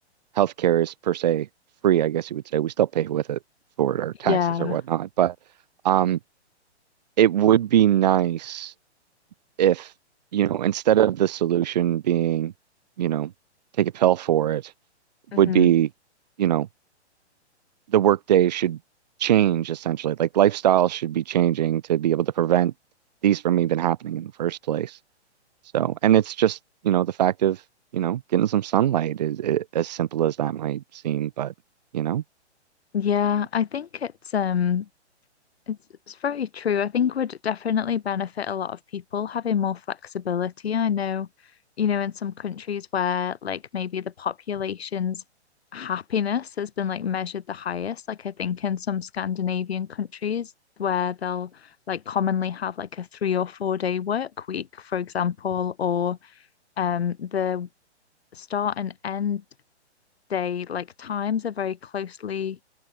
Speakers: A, on the right; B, on the left.
A: healthcare is per se free, I guess you would say. We still pay with it for our taxes
B: yeah,
A: or whatnot. But um it would be nice if, you know, instead of the solution being, you know, take a pill for it,
B: hmm
A: would be, you know, the workday should change essentially. Like lifestyle should be changing to be able to prevent these from even happening in the first place. So, and it's just, you know, the fact of, you know, getting some sunlight is, i as simple as that might seem, but you know,
B: Yeah,
A: it's,
B: I think it's um it's it's very true. I think would definitely benefit a lot of people having more flexibility. I know, you know, in some countries where like maybe the population's happiness has been like measured the highest, like I think in some Scandinavian countries where they'll like commonly have like a three or four day work week, for example, or um the start and end. they like times are very closely